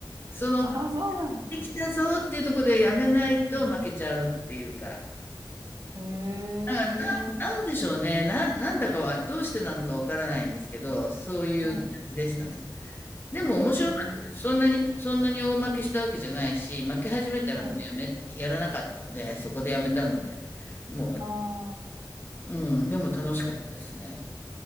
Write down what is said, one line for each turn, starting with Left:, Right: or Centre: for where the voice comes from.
Left: その、
Right: あ、そうなんですか
Left: できたぞっていうところでやめないと負けちゃうっていうか。
Right: うんええ
Left: なんか、なん、なんでしょうね。な、なんだかは、どうしてなのかわからないんですけど、そういう感じでしたね。
Right: はい。
Left: でも面白かったです。
Right: ええ
Left: そんなにそんなに大負けしたわけじゃないし、負け始めたらもうやめやらなかったので、
Right: はい。
Left: そこでやめたので、もう、
Right: ああ
Left: うん、でも楽しかったですね。